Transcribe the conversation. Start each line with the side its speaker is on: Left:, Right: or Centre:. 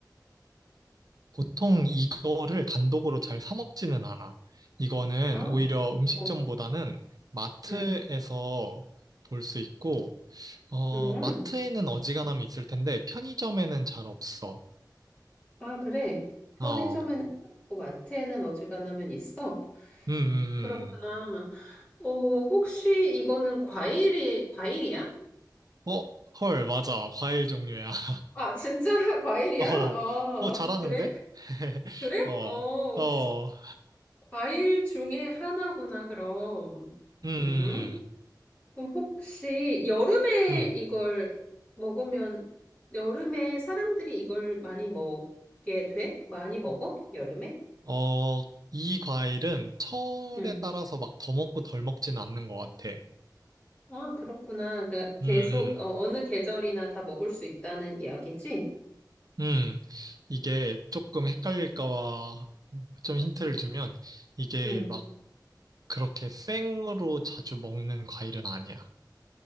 Right: 보통 이거를 단독으로 잘 사 먹지는 않아. 이거는
Left: 아,
Right: 오히려 음식점보다는
Left: 어,
Right: 마트에서
Left: 음,
Right: 볼 수 있고, 어,
Left: 음.
Right: 마트에는 어지간하면 있을 텐데, 편의점에는 잘 없어.
Left: 아, 그래. 편의점에는
Right: 어,
Left: 있고 마트에는 어지간하면 있어.
Right: 음, 음,
Left: 그렇구나.
Right: 음.
Left: 어, 혹시 이거는 과일이, 과일이야?
Right: 어, 헐, 맞아. 과일 종류야. <laughs>
Left: 아, 진짜 <laughs> 과일이야?
Right: 어,
Left: 어,
Right: 어, 잘하는데?
Left: 그래?
Right: <laughs>
Left: 그래?
Right: 어,
Left: 어,
Right: 어,
Left: 과일 중에 하나구나, 그럼.
Right: 음,
Left: 음? 그럼 혹시 여름에
Right: 음.
Left: 이걸 먹으면, 여름에 사람들이 이걸 많이 먹게 돼? 많이 먹어? 여름에?
Right: 어, 이 과일은 철에
Left: 음.
Right: 따라서 막 더 먹고 덜 먹지는 않는 것 같아.
Left: 아, 그렇구나. 그 계속,
Right: 음, 음,
Left: 어, 느 계절이나 다 먹을 수 있다는 이야기지?
Right: 음. 이게 조금 헷갈릴까봐 좀 힌트를 주면 이게
Left: 음.
Right: 막 그렇게 생으로 자주 먹는 과일은 아니야.